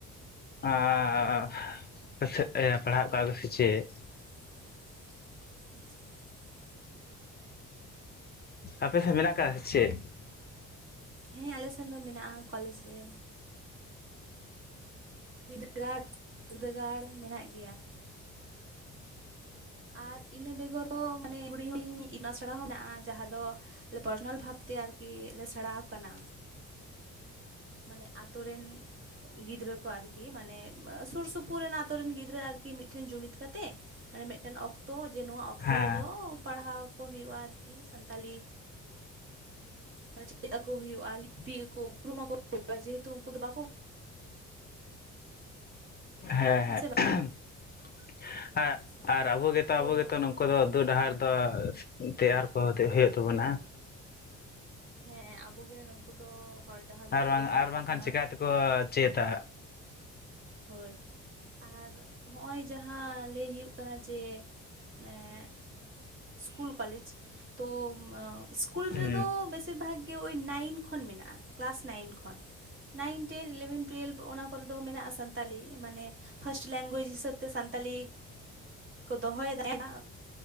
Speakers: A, on the left; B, on the right.
A: <unintelligible> ᱯᱟᱥᱮᱡ ᱯᱟᱲᱦᱟᱜ ᱮᱫᱠᱚᱣᱟ ᱠᱚ ᱥᱮ ᱪᱮᱫ
B: ᱮᱸ ᱯᱟᱲᱦᱟᱣ ᱮᱫᱠᱚᱣᱟ ᱠᱚ ᱥᱮ ᱪᱮᱫ <unintelligible>
A: ᱟᱯᱮ ᱥᱮᱫ ᱢᱮᱱᱟᱜ ᱟᱠᱟᱫᱟ ᱥᱮ ᱪᱮᱫ
B: ᱦᱮᱸ ᱟᱞᱮᱥᱮᱱ ᱫᱚ ᱢᱮᱱᱟᱜᱼᱟ ᱠᱚᱞᱮᱡᱽ ᱨᱮ <unintelligible> ᱵᱤᱨᱫᱟᱹᱜᱟᱲ ᱢᱮᱱᱟᱜ ᱜᱮᱭᱟ ᱟᱨ ᱤᱱᱟᱹ ᱵᱮᱜᱚᱨ ᱦᱚᱸ ᱢᱟᱱᱮ ᱦᱩᱰᱤᱧ ᱦᱩᱰᱤᱧ ᱧᱤᱜ ᱤᱢᱟ ᱥᱮᱬᱟ ᱦᱚᱸ ᱢᱮᱱᱟᱜᱼᱟ ᱡᱟᱦᱟᱸ ᱨᱮᱫᱚ ᱯᱟᱨᱥᱚᱱᱟᱞ ᱵᱷᱟᱵᱽ ᱛᱮ ᱟᱨᱠᱤ ᱞᱮ ᱥᱮᱬᱟᱣ ᱟᱠᱟᱱᱟ ᱢᱟᱱᱮ ᱟᱛᱳ ᱨᱮᱱ ᱜᱤᱫᱽᱨᱟᱹ ᱠᱚ ᱟᱨᱠᱤ ᱢᱟᱱᱮ ᱥᱩᱨ ᱥᱩᱯᱩᱨ ᱨᱮᱱ ᱟᱹᱛᱩ ᱨᱮᱱ ᱜᱤᱫᱽᱨᱟᱹ ᱟᱨᱠᱤ ᱢᱤᱫᱴᱷᱮᱱ ᱡᱩᱢᱤᱫᱽ ᱠᱟᱛᱮ ᱢᱟᱱᱮ ᱢᱤᱫᱴᱮᱱ ᱚᱠᱛᱚ ᱡᱮ ᱱᱚᱶᱟ ᱚᱠᱛᱚ
A: ᱦᱮᱸ
B: ᱨᱮᱫᱚ ᱯᱟᱲᱦᱟᱣ ᱠᱚ ᱦᱩᱭᱩᱜᱼᱟ ᱟᱨᱠᱤ ᱥᱟᱱᱛᱟᱞᱤ ᱢᱟᱱᱮ ᱪᱮᱫ ᱟᱠᱚ ᱦᱩᱭᱩᱜᱼᱟ ᱞᱤᱯᱤ ᱟᱠᱚ ᱩᱯᱨᱩᱢᱟᱠᱚ ᱦᱩᱭᱩᱜᱼᱟ ᱵᱟᱡᱮᱦᱮᱛᱩ ᱩᱱᱠᱩ ᱫᱚ ᱵᱟᱠᱚ
A: ᱦᱮᱸ ᱦᱮᱸ
B: ᱥᱮ ᱵᱟᱝ
A: <unintelligible>
B: ᱦᱳᱭ
A: ᱟᱨ ᱟᱵᱚ ᱜᱮᱛᱚ ᱟᱵᱚ
B: ᱛᱚ
A: ᱜᱮᱛᱚ ᱱᱩᱝᱠᱩ ᱫᱚ ᱩᱫᱩᱜ
B: ᱦᱮᱸ
A: ᱰᱟᱦᱟᱨ ᱫᱚ ᱛᱮᱭᱟᱨ ᱠᱚ ᱦᱚᱛᱮ ᱦᱩᱭᱩᱜ ᱛᱟᱵᱚᱱᱟ᱾
B: ᱦᱮᱸ ᱟᱵᱚ ᱜᱮ ᱠᱩ ᱫᱚ ᱦᱚᱨ ᱰᱟᱦᱟᱨ ᱫᱚ
A: ᱟᱨ
B: ᱩᱫᱩᱜ
A: ᱵᱟᱝ
B: ᱟᱠᱚ ᱦᱩᱭᱩᱜ
A: ᱟᱨ ᱵᱟᱝᱠᱷᱟᱱ
B: ᱛᱟᱵᱚᱱᱟ
A: ᱪᱮᱠᱟ ᱛᱮᱠᱚ ᱪᱮᱫᱟ
B: ᱦᱳᱭ ᱟᱨ ᱦᱚᱸᱜ ᱚᱭ ᱡᱟᱦᱟᱸ ᱞᱟᱹᱭ ᱦᱩᱭᱩᱜ ᱠᱟᱱᱟ ᱡᱮ ᱮᱸᱻ ᱤᱥᱠᱩᱞ ᱠᱚᱞᱮᱡᱽ ᱛᱚ ᱤᱥᱠᱩᱞ
A: ᱦᱩᱸ
B: ᱨᱮᱫᱚ ᱵᱮᱥ ᱵᱷᱟᱜᱮ ᱳᱭ ᱱᱟᱭᱤᱱ ᱠᱷᱚᱱ ᱢᱮᱱᱟᱜᱼᱟ ᱠᱮᱞᱟᱥ ᱱᱟᱭᱤᱱ ᱠᱷᱚᱱ ᱱᱟᱭᱤᱱ ᱴᱮᱱ ᱤᱞᱮᱵᱷᱮᱱ ᱴᱩᱭᱮᱞᱵᱷ ᱚᱱᱟ ᱠᱚᱨᱮ ᱫᱚ ᱢᱮᱱᱟᱜᱼᱟ ᱥᱟᱱᱛᱟᱞᱤ ᱢᱟᱱᱮ ᱯᱷᱟᱥᱴ ᱞᱮᱝᱜᱩᱣᱮᱡᱽ ᱦᱤᱥᱟᱹᱵ ᱛᱮ ᱥᱟᱱᱛᱟᱞᱤ ᱠᱚ ᱫᱚᱦᱚᱭᱮᱫᱟ